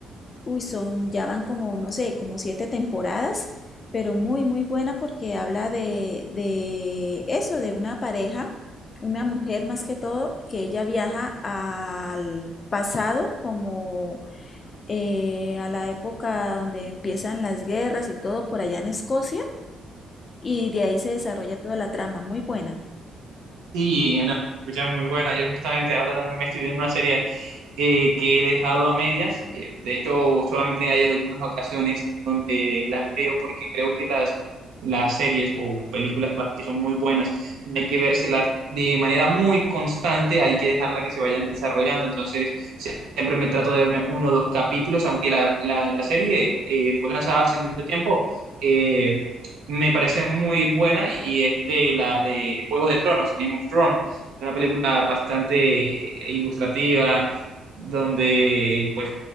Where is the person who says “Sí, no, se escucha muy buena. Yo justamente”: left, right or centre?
Right